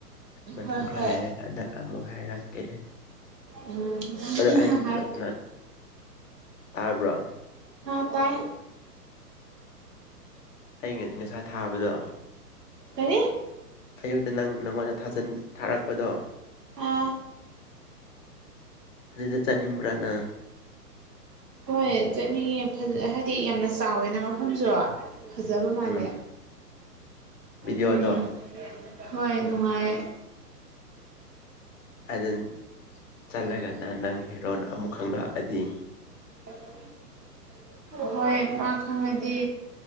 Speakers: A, on the left; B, on the right.
A: ꯃꯇꯝ
B: ꯍꯣꯏ
A: ꯈꯔ
B: ꯍꯣꯏ
A: ꯂꯩꯔꯀꯥꯟꯗ ꯑꯃꯨꯛ ꯍꯥꯏꯔꯛꯀꯦ
B: ꯎꯝ
A: ꯑꯗꯣ ꯑꯩ
B: ꯍꯥꯏ
A: ꯅꯠ ꯅꯠ ꯇꯥꯕ꯭ꯔꯣ
B: ꯍꯥ ꯇꯥꯏ
A: ꯑꯩꯉꯥ ꯉꯁꯥꯏ ꯊꯥꯕꯗꯣ
B: ꯀꯔꯤ
A: ꯑꯌꯨꯛꯇ ꯅꯪ ꯅꯪꯉꯣꯟꯗ ꯊꯥꯖꯤꯟ ꯊꯥꯔꯛꯄꯗꯣ
B: ꯑꯥ
A: ꯑꯗꯨꯗ ꯆꯠꯅꯤꯡꯕ꯭ꯔꯥ ꯅꯪ
B: ꯍꯣꯏ ꯆꯠꯅꯤꯡꯉꯦ ꯍꯥꯏꯗꯤ ꯌꯥꯝꯅ ꯆꯥꯎꯋꯦꯅ ꯃꯐꯝꯁꯨ ꯐꯖꯕ ꯃꯥꯜꯂꯦ
A: ꯎꯝ ꯚꯤꯗꯤꯑꯣꯗꯣ
B: ꯎꯝ ꯍꯣꯏ ꯅꯨꯡꯉꯥꯏ
A: ꯑꯗꯨ ꯆꯠꯂꯒꯅ ꯅꯪ ꯍꯦꯔꯣꯅ ꯑꯃꯨꯛ ꯈꯪꯂꯛꯑꯗꯤ
B: <unintelligible> ꯍꯣꯏ ꯃꯥ ꯈꯪꯉꯗꯤ